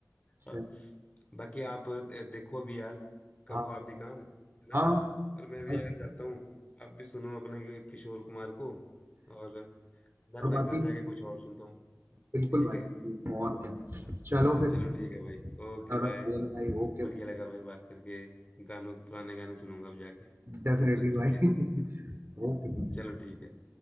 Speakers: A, on the right; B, on the left.
A: अच्छा,
B: और बाकी आप अ, देखो भी यार करो
A: हाँ
B: आप भी काम है ना
A: हाँ
B: और मैं भी
A: बस
B: यार जाता हूँ आप भी सुनो अपने के- किशोर कुमार को और मैं
A: और
B: अपना
A: बाकी
B: घर जाके कुछ और सुनता हूँ
A: बिल्कुल
B: ठीक
A: भाई
B: है
A: और क्या
B: हाँ,
A: चलो फिर
B: चलो ठीक है भाई
A: खाना
B: Okay
A: वाना
B: bye
A: खा लेना भाई ओके
B: बढ़िया
A: भाई
B: लगा भाई बात करके गानों पुराने गाने सुनूंगा अब जाके नहीं
A: डेफिनेटली
B: तो दिल
A: भाई
B: जीत
A: <laughs> ओके
B: चलो ठीक है